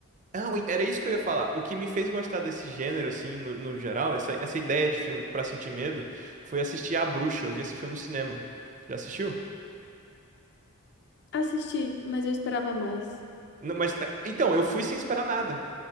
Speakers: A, on the right (about 35°); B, on the left (about 50°).
A: Ah, ui, era isso que eu ia falar. O que me fez gostar desse gênero, assim, no, no geral, essa, essa ideia de filme pra sentir medo, foi assistir A Bruxa. Eu vi esse filme no cinema. Já assistiu?
B: Assisti, mas eu esperava mais.
A: Não, mas, é, então, eu fui sem esperar nada.